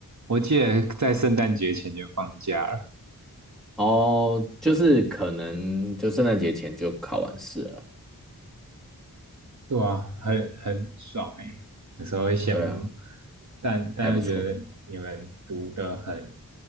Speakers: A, on the right (about 50°); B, in the centre.
A: 我记得在圣诞节前就放假了。
B: 哦，就是可能就圣诞节前就考完试了。
A: 对啊，很很爽哎，有时候会羡慕，
B: 对啊，
A: 但但又觉得你们读的很
B: 还不错。